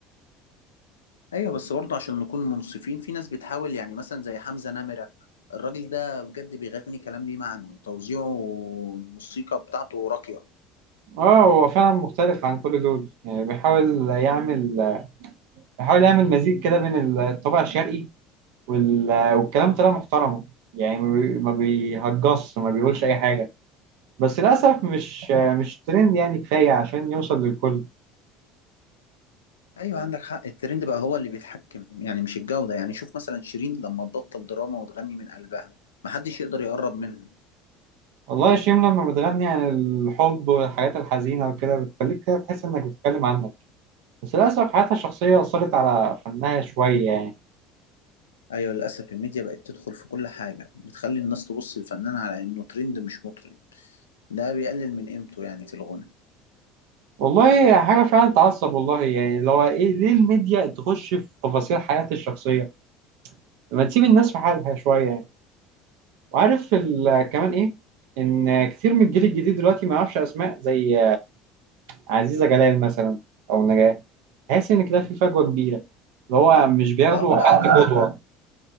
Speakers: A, on the left (about 85°); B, on the right (about 70°).
A: أيوة بس برضه عشان نكون منصفين في ناس بتحاول يعني مثلا زي حمزة نمرة الراجل ده بجد بيغني كلام ليه معنى وتوزيعه الموسيقى بتاعته راقية
B: اه هو فعلا مختلف عن كل دول يعني بيحاول يعمل آه، بيحاول يعمل مزيج كده بين الطابع الشرقي وال... والكلام طلع محترمه يعني ما بي- ما بيهجصش ما بيقولش اي حاجه بس للاسف مش مش ترند يعني كفايه عشان يوصل للكل
A: ايوه عندك حق الترند بقى هو اللي بيتحكم يعني مش الجودة يعني شوف مثلا شيرين لما تبطل دراما وتغني من قلبها محدش يقدر يقرب منها
B: والله يا شيم لما بتغني عن الحب والحاجات الحزينه وكده بتخليك كده تحس انك بتتكلم عنك بس للاسف حياتها الشخصيه اثرت على فنها شويه يعني
A: ايوه للاسف الميديا بقت تدخل في كل حاجة بتخلي الناس تبص للفنان على انه ترند مش مطرب ده بيقلل من قيمته يعني في الغنى
B: والله حاجه فعلا تعصب والله يعني لو ايه ليه الميديا تخش في تفاصيل حياتي الشخصيه لما تسيب الناس في حالها شويه يعني. وعارف ال- كمان ايه ان كتير من الجيل الجديد دلوقتي ما يعرفش اسماء زي عزيزة جلال مثلا او نجاة تحس ان كده في فجوة كبيرة اللي هو مش بياخدوا
A: اه لا
B: حد
A: ده
B: قدوة